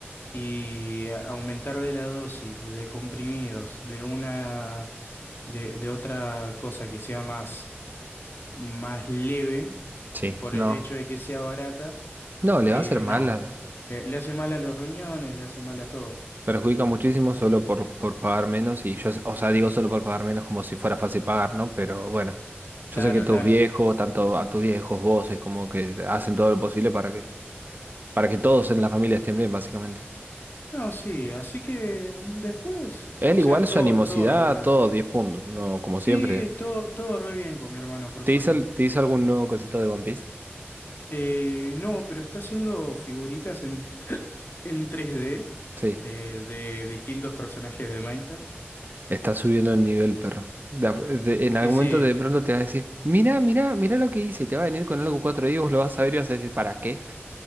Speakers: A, on the left (about 55°); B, on the right (about 45°).
A: y eh, aumentarle la dosis de comprimidos de una de, de otra cosa que sea más, más leve
B: Sí,
A: por
B: no.
A: el hecho de que sea barata,
B: No, le
A: eh,
B: va a hacer mal.
A: no.
B: a la-
A: Le, le hace mal a los riñones, le hace mal a todo.
B: Perjudica muchísimo solo por, por pagar menos. Y yo, o sea, digo solo por pagar menos como si fuera fácil pagar, ¿no? Pero bueno, yo
A: Claro,
B: sé que tus
A: claro.
B: viejos, tanto a tus viejos, vos, es como que hacen todo lo posible para que, para que todos en la familia estén bien, básicamente.
A: No, sí, así que mm, después,
B: Él
A: o
B: igual,
A: sea, todo,
B: su animosidad,
A: todo regular.
B: todo 10 puntos, ¿no? Como
A: Sí,
B: siempre.
A: todo, todo re bien con mi hermano, por
B: ¿Te
A: suerte.
B: hizo, te hizo algún nuevo cosito de One Piece?
A: Eh, no, pero está haciendo figuritas en en tres d
B: Sí.
A: eh, de distintos personajes de Minecraft.
B: Está subiendo el nivel, perro. De a- de-
A: Sí,
B: en algún
A: sí.
B: momento de pronto te vas a decir, mira, mira, mira lo que hice. Y te va a venir con algo 4 y vos lo vas a ver y vas a decir, ¿para qué?